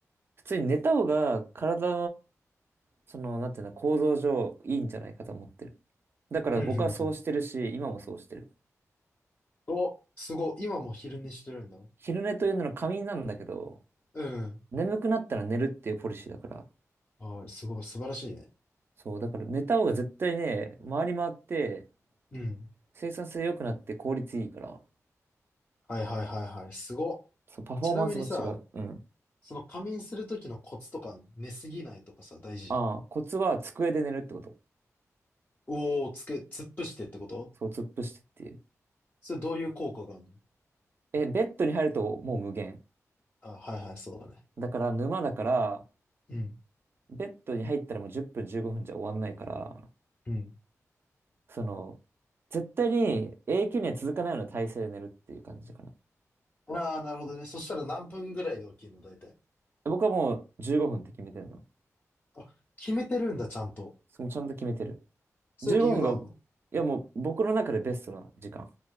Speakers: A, on the right; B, on the left.
A: 普通に寝た方が体その、なんていうの、構造上いいんじゃないかと思ってる。だから僕はそうしてるし、
B: うん、うん、うん。
A: 今もそうしてる。
B: お、すごい。今も昼寝してるんだ。
A: 昼寝というのは仮眠なんだけど、
B: うん。
A: 眠くなったら寝るっていうポリシーだから。
B: はい、すごい。素晴らしいね。
A: そう、だから寝た方が絶対ね、回り回って
B: うん。
A: 生産性良くなって効率いいから。
B: はい、はい、はい、はい。すごっ。
A: そう、パフォーマンスも違う。
B: ちなみにさ、
A: うん。
B: その仮眠するときのコツとかあんの、寝すぎないとかさ、大事じゃん。
A: ああ、コツは机で寝るってこと。
B: おー、つけ、突っ伏してってこと
A: そう、突っ伏してっていう。
B: それどういう効果があるの
A: え、ベッドに入るともう無限。
B: あ、はいはい、そうだね。
A: だから沼だから、
B: うん、
A: ベッドに入ったらもう10分15分じゅうごふんじゃ終わんないから、
B: うん。
A: その、絶対に永久には続かないような体勢で寝るっていう感じかな。
B: ああ、なるほどね。そしたら何分ぐらいで起きるの、大体。
A: 僕はもう15分って決めてるの。
B: あ、決めてるんだ、ちゃんと。
A: そのちゃんと決めてる。
B: それ理由があんの
A: 15分が、いやもう僕の中でベストな時間。